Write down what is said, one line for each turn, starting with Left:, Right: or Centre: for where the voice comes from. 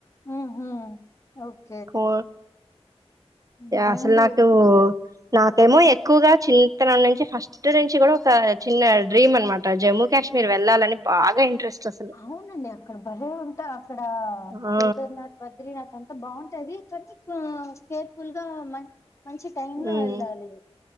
Left: మ్ హూ ఒక్
Right: కో
Left: అదేండి
Right: అసల్ నాకు నాకేమో ఎక్కువగా చింతనం నుంచి ఫస్ట్ నుంచి కూడా ఒక చిన్న డ్రీమ్ అనమాట జమ్మూ కాశ్మీర్ వెళ్లాలని బాగా ఇంట్రెస్ట్ అసలు
Left: అవునండి అక్కడ భలే ఉంటా అక్కడ
Right: ఆ
Left: కేదార్నాథ్ బద్రీనాథ్ అంతా బాగుంటది కానీ కేర్ఫుల్ గా మ మంచి టైమ్ లో
Right: ఉమ్,
Left: వెళ్ళాలి